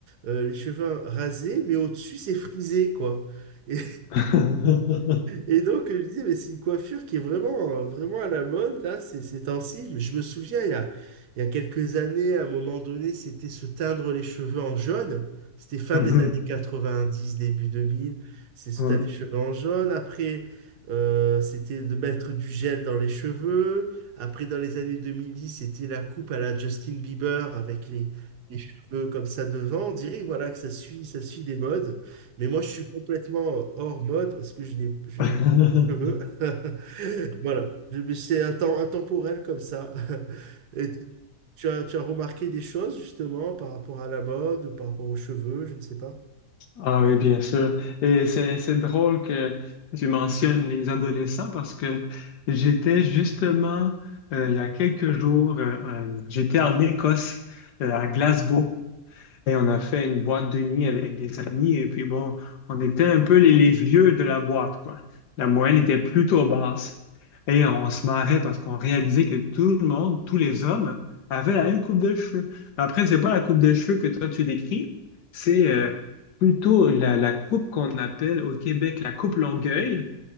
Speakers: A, on the right; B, on the left.
A: euh, les cheveux rasés, mais au-dessus, c'est frisé, quoi. Et
B: Mhm. <laughs>
A: Et donc, je me disais, mais c'est une coiffure qui est vraiment, euh, vraiment à la mode, là, ces, ces temps-ci. Mais Je me souviens, il y a, il y a quelques années, à un moment donné, c'était se teindre les cheveux en jaune. C'était fin
B: Mhm.
A: des années 90, début 2000. C'est se
B: Ouais.
A: teindre les cheveux en jaune. Après, euh, c'était de mettre du gel dans les cheveux. Après, dans les années 2010, c'était la coupe à la Justin Bieber avec les, les cheveux comme ça devant. On dirait, voilà, que ça suit, ça suit des modes. Mais moi, je suis complètement hors mode parce que je n'ai je
B: Aha.
A: n'ai pas
B: <laughs>
A: de cheveux. <laughs> Voilà. Je- mais C'est un temps intemporel comme ça. <laughs> Et tu as, tu as remarqué des choses justement par rapport à la mode, par rapport aux cheveux, je ne sais pas.
B: Ah oui, bien sûr. Et c'est, c'est drôle que tu mentionnes les adolescents parce que j'étais justement, euh, il y a quelques jours, euh, euh, j'étais en Écosse, euh, à Glasgow. Et on a fait une boîte de nuit avec des amis. Et puis bon, on était un peu les, les vieux de la boîte, quoi. La moyenne était plutôt basse. Et on se marrait parce qu'on réalisait que tout le monde, tous les hommes, avaient la même coupe de cheveux. Après, c'est pas la coupe de cheveux que toi tu décris, c'est euh, plutôt la, la coupe qu'on appelle au Québec la coupe Longueuil